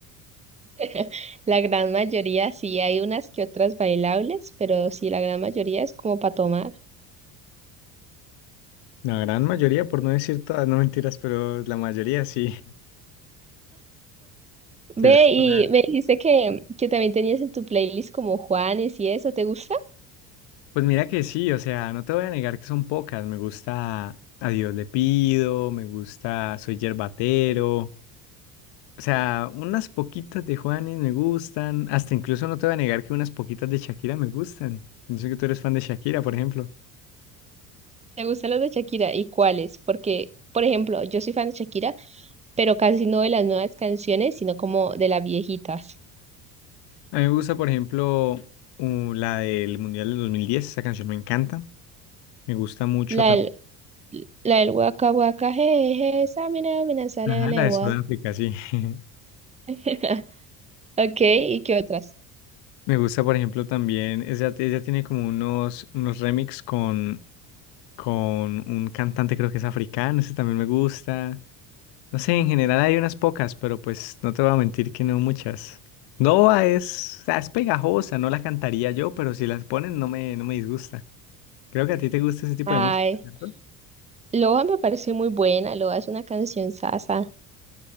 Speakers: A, on the right; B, on the left.
A: <laughs> La gran mayoría sí hay unas que otras bailables, pero sí, la gran mayoría es como para tomar.
B: La gran mayoría, por no decir todas, no mentiras, pero la mayoría sí.
A: Ve
B: Tendremos
A: y
B: una-
A: me dijiste que, que también tenías en tu playlist como Juanes y eso, ¿te gusta?
B: Pues mira que sí, o sea, no te voy a negar que son pocas. Me gusta A Dios le pido, me gusta Soy Yerbatero. O sea, unas poquitas de Juanes me gustan. Hasta incluso no te voy a negar que unas poquitas de Shakira me gustan. Yo sé que tú eres fan de Shakira, por ejemplo.
A: ¿Te gustan los de Shakira? ¿Y cuáles? Porque, por ejemplo, yo soy fan de Shakira, pero casi no de las nuevas canciones, sino como de las viejitas.
B: A mí me gusta, por ejemplo, uh, la del Mundial del 2010. Esa canción me encanta. Me gusta mucho
A: La
B: también.
A: del, la del waka waka, jeje, esa mina, mina, sale
B: Ajá,
A: de legua.
B: la de Sudáfrica, sí. <laughs>
A: <laughs> Ok, ¿y qué otras?
B: Me gusta, por ejemplo, también. Ella, ella tiene como unos, unos remix con, con un cantante, creo que es africano. Ese también me gusta. No sé, en general hay unas pocas, pero pues no te voy a mentir que no muchas. Nova es, o sea, es pegajosa, no la cantaría yo, pero si las ponen no me, no me disgusta. Creo que a ti te gusta ese tipo
A: Ay,
B: de música, ¿cierto?
A: loa me parece muy buena, loa es una canción sasa.